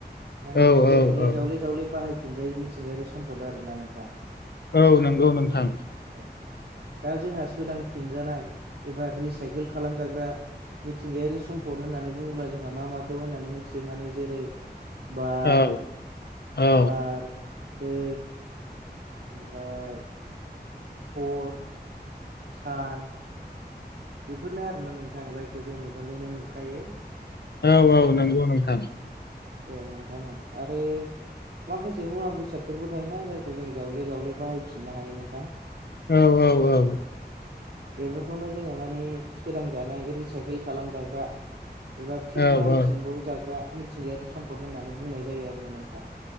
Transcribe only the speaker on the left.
औ
औ
औ
औ नंगौ नोंथां
औ औ
औ औ नंगौ नोंथां
औ औ औ
औ
औ